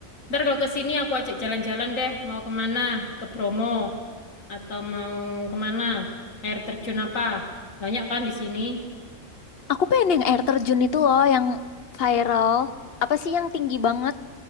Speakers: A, on the left (about 80°); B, on the left (about 50°).
A: Ntar kalau ke sini aku ajak jalan-jalan deh. Mau kemana? Ke Bromo. Atau mau kemana? Air terjun apa? Banyak kan di sini.
B: Aku pengen yang air terjun itu loh, yang viral. Apa sih yang tinggi banget?